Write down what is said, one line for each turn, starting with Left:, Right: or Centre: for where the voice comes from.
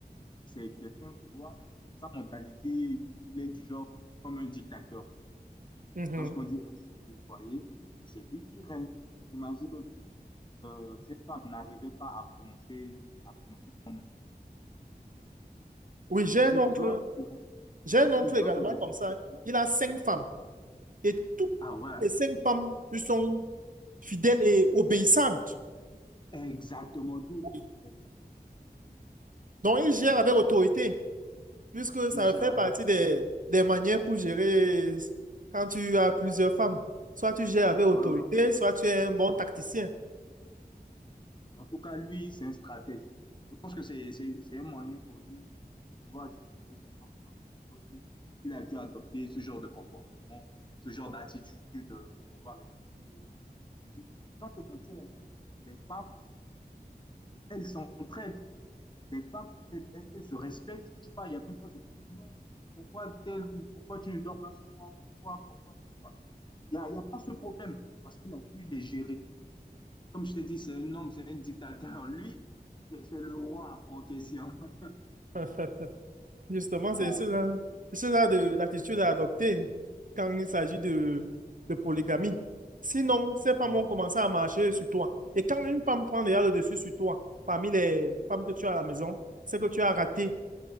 Left: C'est quelqu'un, tu vois, sa mentalité, il est du genre comme un dictateur.
Right: Mhm.
Left: Lorsqu'on dit un chef de foyer, c'est lui qui règne. Imagine, euh, cette femme n'arrivait pas à prononcer, à prononcer son nom.
Right: Oui, j'ai un
Left: Tu
Right: oncle,
Left: dois le,
Right: j'ai un oncle
Left: tu
Right: également
Left: dois le respecter.
Right: comme ça. hein.
Left: Oui.
Right: Il a cinq femmes et toutes
Left: Ah ouais,
Right: les cinq femmes lui sont fidèles et obéissantes.
Left: exactement, lui aussi,
Right: Oui.
Left: c'est comme ça.
Right: Donc, il gère avec autorité. Puisque
Left: Il
Right: ça
Left: gère
Right: fait
Left: avec
Right: partie
Left: autorité.
Right: des, des manières pour gérer quand tu as plusieurs femmes. Soit tu gères avec autorité,
Left: Ouais, ouais, ouais, c'est
Right: soit
Left: ça.
Right: tu es un bon tacticien.
Left: En tout cas, lui, c'est un stratège. Je pense que c'est c'est- c'est un moyen pour lui de pouvoir gérer ses femmes, quoi. Donc, il, il a dû adopter ce genre de comportement, ce genre d'attitude euh, pour pouvoir les gérer. Et je, sans te mentir, hein, les femmes, elles s'entraident. Les femmes, elles, elles- elles se respectent. Tu vois, il n'y a même pas de problème. Non, pourquoi tel, pourquoi tu ne dors pas chez moi? Pourquoi, pourquoi, pourquoi? Il n'y a, il y a pas ce problème parce qu'il a su les gérer. Comme je t'ai dit, c'est un homme, c'est un dictateur. <laughs> Lui, c'est c'est le roi en question. <laughs>
Right: <laughs> Justement, c'est
Left: Ah,
Right: ce c'est ce de, l'attitude à adopter quand il s'agit de, de polygamie. Sinon, ces femmes
Left: Ouais,
Right: vont commencer à marcher sur toi. Et quand une femme prend déjà le dessus sur toi, parmi les femmes que tu as à la maison, c'est que tu as raté